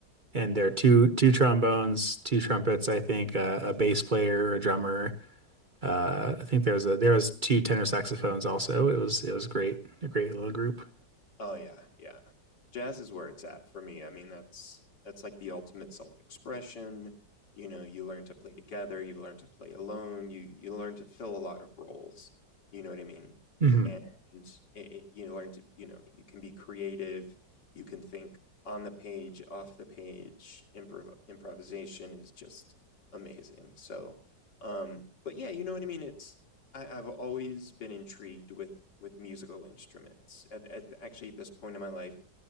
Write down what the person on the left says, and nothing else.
Oh yeah, yeah. Jazz is where it's at for me. I mean, that's that's like the ultimate self-expression. You know, you learn to play together, you learn to play alone, you you learn to fill a lot of roles. You know what I mean?
And it, it- you learn to, you know, you can be creative, you can think on the page, off the page. Improv improvisation is just amazing. So, um, but yeah, you know what I mean? It's I, I've always been intrigued with with musical instruments. At, at actually at this point in my life,